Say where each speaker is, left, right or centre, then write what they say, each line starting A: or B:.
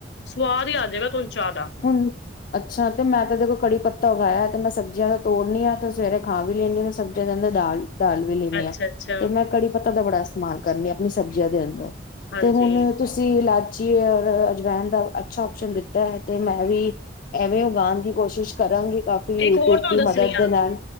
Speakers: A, on the left; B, on the left.
A: ਸਵਾਦ ਹੀ ਆ ਜਾਏਗਾ ਤੁਹਾਨੂੰ ਚਾਹ ਦਾ
B: ਹੁਣ ਅੱਛਾ ਤੇ ਮੈਂ ਤਾਂ ਦੇਖੋ ਕੜੀ ਪੱਤਾ ਉਗਾਇਆ ਤੇ ਮੈਂ ਸਬਜ਼ੀਆਂ ਤੋਂ ਤੋੜਨੀ ਆ ਤੇ ਸਵੇਰੇ ਖਾ ਵੀ ਲੈਂਦੀ ਹ ਸਬਜ਼ੀਆਂ ਦੇ ਅੰਦਰ ਡਾਲ ਦਾਲ ਵੀ ਲੈਂਨੀ
A: ਅੱਛਾ
B: ਹਾਂ
A: ਅੱਛਾ
B: ਤੇ ਮੈਂ ਕੜੀ ਪੱਤਾ ਦਾ ਬੜਾ ਸ ਮਾਲ ਕਰਨੀ ਆਪਣੀ ਸਬਜ਼ੀਆਂ ਦੇ ਅੰਦਰ
A: ਹਾਂਜੀ
B: ਤੇ ਹੁਣ ਤੁਸੀਂ ਇਲਾ ਚਿਆ ਔਰ ਅਜਵੈਨ ਦਾ ਅੱਛਾ ਅਪਸਨ ਦਿੱਤਾ ਆ। ਤੇ ਮੈਂ ਵੀ ਐਵੇਂ ਉਗਾਉਣ ਦੀ ਕੋਸ਼ਿਸ਼ ਕਰਾਂਗੀ। ਕਾਫੀ ਯੂਟਿਊਬ
A: ਇੱਕ ਹੋਰ ਤੁਹਾਨੂੰ
B: ਦੀ
A: ਦੱਸਣੀ
B: ਮਦਦ ਦੇ
A: ਆ
B: ਨਾਲ